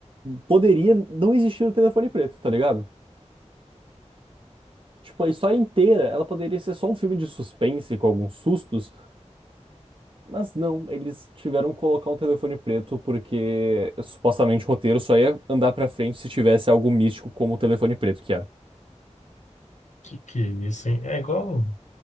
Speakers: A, on the right; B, on the left.
A: Poderia não existir o telefone preto, tá ligado? Tipo, a história inteira, ela poderia ser só um filme de suspense com alguns sustos, Mas não, eles tiveram que colocar um telefone preto porque supostamente o roteiro só ia andar pra frente se tivesse algo místico como o telefone preto, que era.
B: Que que é isso, hein? É igual,